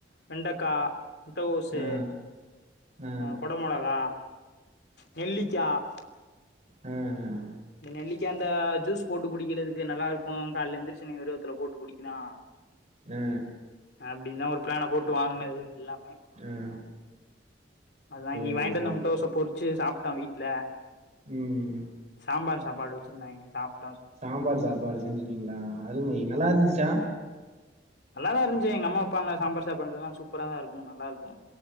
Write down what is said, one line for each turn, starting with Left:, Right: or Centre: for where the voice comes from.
Left: வெண்டைக்காய் முட்டகோசு
Right: ஆ ஆ
Left: கொடமொளகா நெல்லிக்காய்
Right: ஹம்
Left: இந்த நெல்லிக்கா அந்த ஜூஸ் போட்டு குடிக்கிறதுக்கு நல்லா இருக்கும் கால எந்திரிச்சொன்ன போட்டு குடிக்கலாம்
Right: ஆ
Left: அப்படி தான் ஒரு பிளான போட்டு வாங்கினது எல்லாம்
Right: ஆ
Left: அதான்
Right: சேரி
Left: இன்னைக்கு வாங்கிட்டு
Right: சேரி
Left: வந்த முட்டை கோச மட்டும் பொறிச்சு சாப்பி வீட்ல
Right: உம்
Left: சாம்பார் சாப்பாடு வச்சிருந்தாங்க சாப்
Right: சாம்பார் சாப்பாடு செஞ்சுட்டீங்களா அதுவுமே நல்லா இருந்துச்சா
Left: நல்லாதான் இருந்துச்சு எங்க அம்மா வைப்பாங்க சாம்பார் சாப்பிடடுறதுனா சூப்பரா தான் இருக்கும் நல்லா இருக்கும்